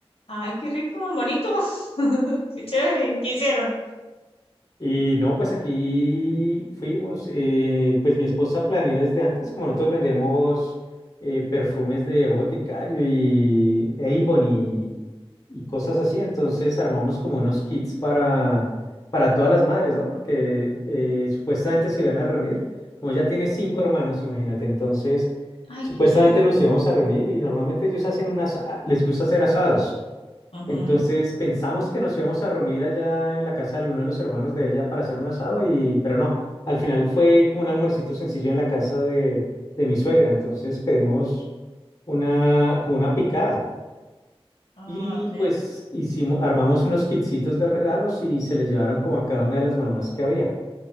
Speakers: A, on the left; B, on the left.
A: Ay, qué rico, bonito. <laughs> Qué chévere. ¿Qué hicieron?
B: Y no, pues aquí fuimos, eh, pues mi esposa planeó desde antes, como nosotros vendemos eh, perfumes de Boticario y Avon y, y cosas así, entonces armamos como unos kits para, para todas las madres, ¿no? Porque eh, supuestamente se iban a reunir, como ella tiene cinco hermanos, imagínate, entonces
A: Ay,
B: supuestamente
A: qué chévere.
B: nos íbamos a reunir y normalmente ellos hacen unas, les gusta hacer asados.
A: Ujú.
B: Entonces pensamos que nos íbamos a reunir allá en la casa de alguno de los hermanos de ella para hacer un asado y, pero no, al final fue como un almuercito sencillo en la casa de, de mi suegra. Entonces pedimos una, como una picada
A: Ah,
B: y
A: ok.
B: pues hicimos, armamos unos kitsitos de regalos y se les llevaron como a cada una de las mamás que había.